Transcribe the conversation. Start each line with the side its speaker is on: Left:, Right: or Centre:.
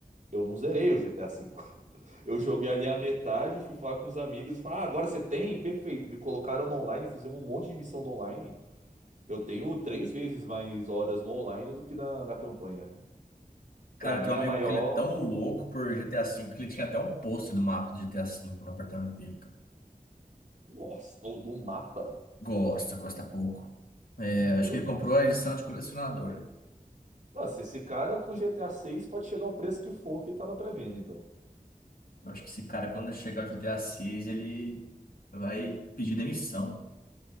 Right: Eu não zerei o GTA V. <laughs> Eu joguei ali a metade, fui falar com os amigos e falei, ah, agora você tem? Perfeito. Me colocaram no online, fizemos um monte de missão do online. Eu tenho três vezes mais horas no online do que na, na campanha.
Left: Cara,
Right: Pra mim,
Left: tem um
Right: a
Left: amigo
Right: maior.
Left: que ele é tão louco por GTA V que ele tinha até um pôster do mapa do GTA V no apartamento dele, cara.
Right: Nossa, ou do mapa.
Left: Gosta, gosta pouco. É,
Right: Meu
Left: acho que ele
Right: Deus.
Left: comprou a edição de colecionador.
Right: Nossa, esse cara com GTA 6 pode chegar ao preço que for que tá na pré-venda, então.
Left: Eu acho que esse cara, quando chegar ao José Assis, ele vai pedir demissão.